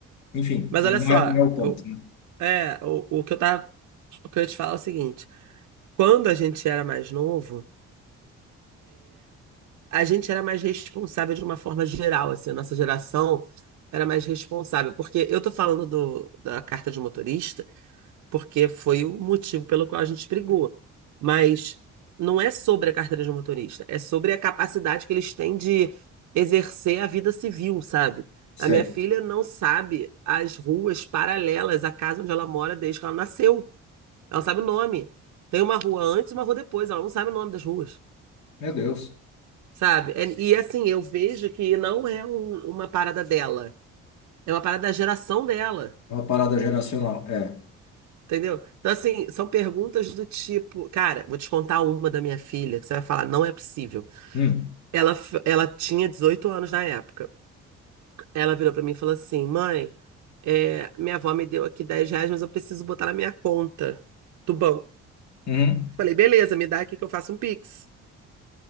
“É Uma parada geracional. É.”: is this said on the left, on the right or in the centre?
Left